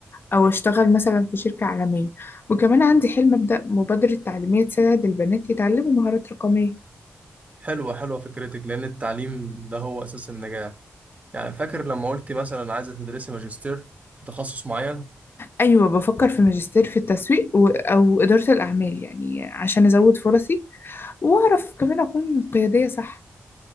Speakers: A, on the left (about 55°); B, on the right (about 35°).
A: أو أشتغل مثلا في شركة عالمية وكمان عندي حلم أبدأ مبادرة تعليمية تساعد البنات يتعلموا مهارات رقمية
B: حلوة حلوة فكرتك لأن التعليم ده هو أساس النجاح يعني فاكر لما قلت مثلا عايزة تدرسي ماجستير في تخصص معين
A: أيوة بفكر في ماجستير في التسويق و... أو إدارة الأعمال يعني عشان أزود فرصي وأعرف كمان أكون قيادية صح